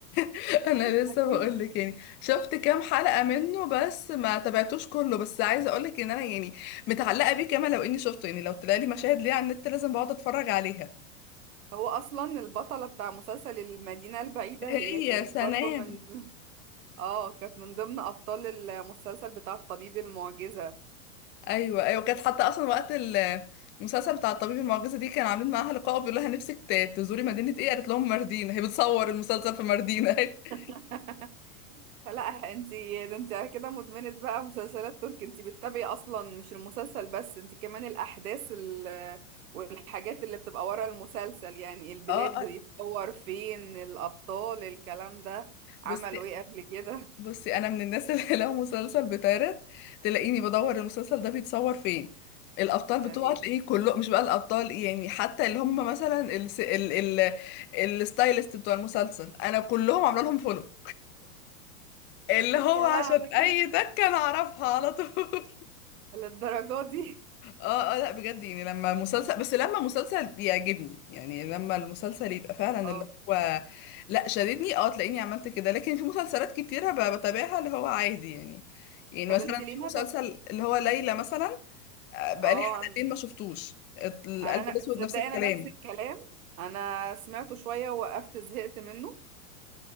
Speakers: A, on the left (about 25°); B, on the right (about 70°).
A: <laughs> انا
B: <laughs>
A: لسه
B: اكيد
A: بقول لك يعني شفت كام حلقة منه بس ما تابعتوش كله بس عايزة اقول لك ان انا يعني متعلقة بيه كمان لو اني شفته يعني لو طلع لي مشاهد ليه على النت لازم بقعد اتفرج عليها
B: هو اصلا البطلة بتاع مسلسل المدينة البعيدة
A: هي
B: هي كانت
A: سنام
B: برضه من ضمن- اه كانت من ضمن ابطال المسلسل بتاع الطبيب المعجزة
A: ايوه ايوه كانت حتى اصلا وقت ال- المسلسل بتاع الطبيب المعجزه دي كان عاملين معاها لقاء بيقول لها نفسك ت- تزوري مدينه ايه قالت لهم ماردينا هي بتصور المسلسل في ماردينا <laughs>
B: <laughs> لا انتي ده انتي كده مدمنة بقى مسلسلات تركي انتي بتتابعي اصلا مش المسلسل بس انتي كمان الاحداث ال... والحاجات اللي بتبقى ورا المسلسل يعني البلاد
A: اه آه.
B: بيتصور فين الابطال الكلام ده عملوا
A: بصي
B: ايه قبل كده
A: بصي انا من الناس <laughs> اللي لو مسلسل بيتعرض تلاقيني بدور المسلسل ده بيتصور فين الابطال بتوعه
B: تمام
A: تلاقيه كله مش بقى الابطال يعني حتى اللي هم مثلا الس... ال... ال... الستايلست بتوع المسلسل انا كلهم عامله لهم فولو اللي هو
B: يا
A: عشان
B: لهوي
A: اي تكه انا اعرفها على طول
B: للدرجة دي
A: اه اه لا بجد يعني لما مسلسل بس لما مسلسل بيعجبني يعني لما المسلسل يبقى فعلا
B: اه
A: اللي هو لا شددني اه تلاقيني عملت كده لكن في مسلسلات كتيرة ب- بتابعها اللي هو عادي يعني يعني
B: طب
A: مثلا
B: انتي ليه
A: في
B: ما
A: مسلسل
B: طب
A: اللي هو ليلى مثلا آه، بقالي
B: اه
A: حلقتين
B: انا
A: ما شفتوش القلب
B: انا
A: الاسود
B: تصدقي
A: نفس الكلام
B: انا نفس الكلام انا سمعته شوية ووقفت زهقت منه